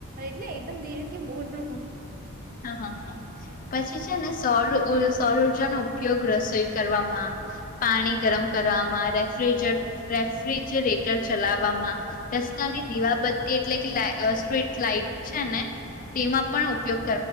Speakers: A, on the right; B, on the left.
A: એટલે એકદમ ધીરે થી એમ બોલલું હું
B: હા હા હા પછી છે ને સોરું સૌર ઉર્જાનો ઉપયોગ રસોઈ કરવામાં, પાણી ગરમ કરવામાં, રેફ્રિજરેટ રેફ્રિજરેટર ચલાવવામાં, રસ્તાની દીવા બત્તી એટલે કે સ્ટ્રીટ લાઇ ઈટ છેને તેમાં પણ ઉપયો